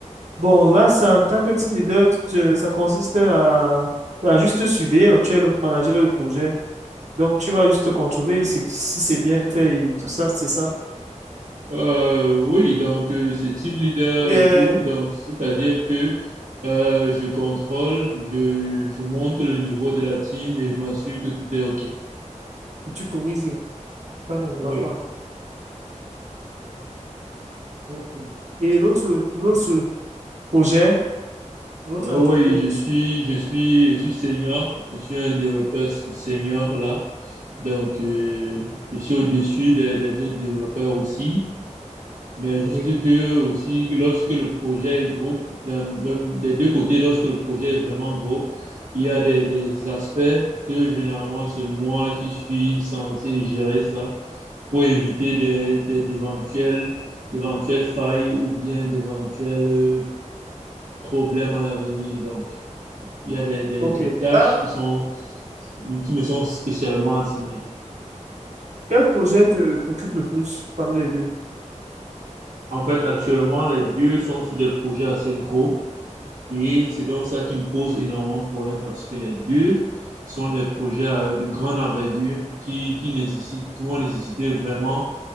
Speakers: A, on the right; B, on the right.
A: bon, là, c'est en tant que team leader, tu- ça consiste à, à juste te surveiller, donc tu es le manager du projet. Donc, tu vas juste contrôler si, si c'est bien fait et tout ça, c'est ça.
B: euh, oui, donc euh, c'est team leader
A: Ou bien,
B: et tout. Donc, c'est-à-dire que euh, je contrôle, je, je monte le niveau de la team et je m'assure que tout est OK.
A: tu corriges quand on ne va
B: Oui,
A: pas. Ok. Et l'autre, pour l'autre projet, pour l'autre
B: Euh,
A: entreprise.
B: oui, je suis, je suis, je suis senior, je suis un développeur senior là. Donc, euh, je suis au-dessus des, des autres développeurs aussi. Mais
A: Oui.
B: juste que aussi, lorsque le projet est gros, dans- même des deux côtés, lorsque le projet est vraiment gros, il y a des, des aspects que généralement c'est moi qui suis censé gérer ça pour éviter des, des- d'éventuelles, d'éventuelles failles ou bien d'éventuels euh, problèmes à l'avenir. Donc, il y a des, des,
A: Ok.
B: des tâches
A: Là,
B: qui sont, qui me sont spécialement assignées.
A: Quel projet te t'occupe le plus parmi les deux?
B: En fait, actuellement, les deux sont sur des projets assez gros. Et c'est donc ça qui me pose énormément de problèmes parce que les deux sont des projets à- de grande envergure qui, qui nécessitent, qui vont nécessiter vraiment